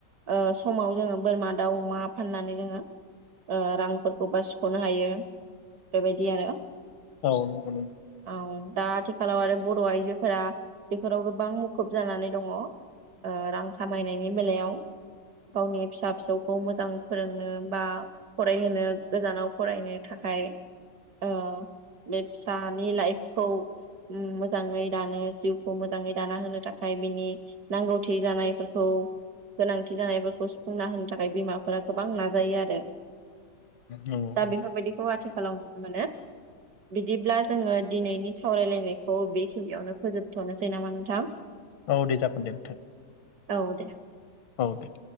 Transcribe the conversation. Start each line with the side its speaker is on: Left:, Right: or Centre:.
Right: ओ समाव जोङो बोरमा दाउ अमा फाननानै जोङो ओ रां खौबा सुखनो हायो बेबायदि आरो।
Left: औ नंगौ नंगौ ।
Right: औ दा आथिखालाव आरो बर आइजोफोरा बेफोराव गोबां मुखुब जानानै दङ ओ रां खामायनायनि बेलायाव गावनि फिसा फिसौखौ मोजां फोरोंनो बा फरायहोनो गोजानाव फरायनो थाखाय ओ बे फिसानि लाइफखौ ओम मोजाङै दानो जिउखौ मोजाङै दाना होनो थाखाय बिनि नांगौथि जानायफोरखौ गोनांथि जानायफोरखौ सुफुंना होनो थाखाय बिमाफोरा गोबां नाजायो आरो ।
Left: नंगौ
Right: दा बेफोरबायदिखौ आथिखालाव नुनो मोनो बिदिब्ला जोङो दिनैनि सावरायलायनायखौ बेखिनियावनो फोजोबथ नोसै नामा नोंथां?
Left: औ दे जागोन दे नोंथां ।
Right: औ दे ।
Left: औ दे ।